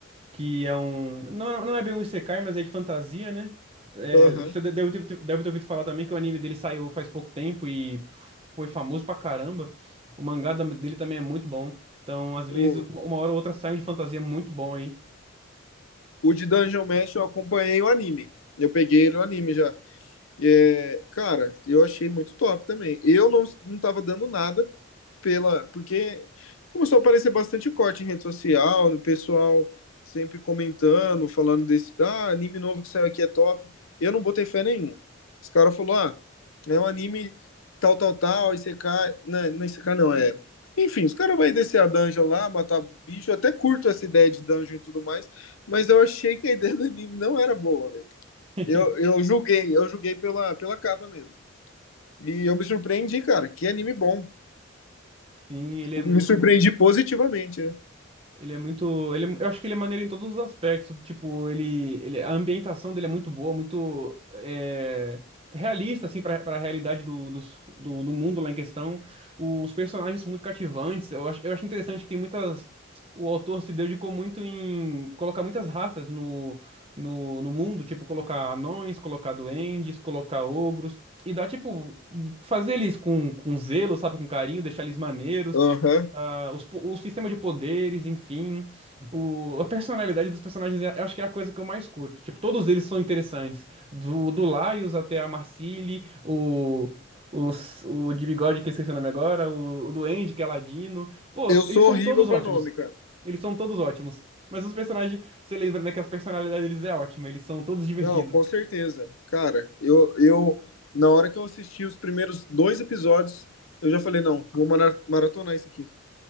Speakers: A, on the right (about 25°); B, on the left (about 80°).
A: que é um. Não, é- não é bem um Isekai, mas é de fantasia, né? É,
B: Aham.
A: você de- deve ter, deve ter ouvido falar também que o anime dele saiu faz pouco tempo e foi famoso pra caramba. O mangá da- dele também é muito bom. Então, às vezes,
B: O,
A: uma hora ou outra sai um de fantasia muito bom aí.
B: o de Dungeon Mesh eu acompanhei o anime. Eu peguei ele o anime já. É, cara, eu achei muito top também. Eu não, não tava dando nada pela. Porque começou a aparecer bastante corte em rede social, no pessoal sempre comentando, falando desse. Ah, anime novo que saiu aqui é top. Eu não botei fé nenhuma. Os caras falaram, ah, é um anime tal, tal, tal, ICK. Não, é, não é ICK, não, é. Enfim, os caras vão descer a dungeon lá, matar bicho. Eu até curto essa ideia de dungeon e tudo mais, mas eu achei que a ideia do anime não era boa, velho.
A: <laughs>
B: Eu, eu julguei, eu julguei pela, pela capa mesmo. E eu me surpreendi, cara. Que anime bom.
A: Sim, ele é muito
B: Me surpreendi
A: bom.
B: positivamente, né?
A: Ele é muito. Ele é- eu acho que ele é maneiro em todos os aspectos. Tipo, ele, ele, a ambientação dele é muito boa, muito é, realista, assim, pra, pra realidade do, dos- do, do mundo lá em questão. Os personagens são muito cativantes. Eu acho, eu acho interessante que tem muitas. O autor se dedicou muito em colocar muitas raças no, no, no mundo, tipo, colocar anões, colocar duendes, colocar ogros. E dá, tipo, fazer eles com, com zelo, sabe, com carinho, deixar eles maneiros
B: Aham.
A: ah, os po- o sistema de poderes, enfim, o- a personalidade dos personagens, é- eu acho que é a coisa que eu mais curto. Tipo, todos eles são interessantes. Do, do Laios até a Marcili, o, os- o de bigode, que eu esqueci o nome agora, o, o Duende, que é Ladino. Pô,
B: Eu sou
A: eles são
B: horrível
A: todos
B: pra
A: ótimos.
B: nome, cara.
A: Eles são todos ótimos. Mas os personagens, você lembra, né, que as personalidades deles é ótima, eles são todos divertidos.
B: Não, com certeza. Cara, eu, eu, na hora que eu assisti os primeiros dois episódios, eu já falei, não, vou mara- maratonar isso aqui.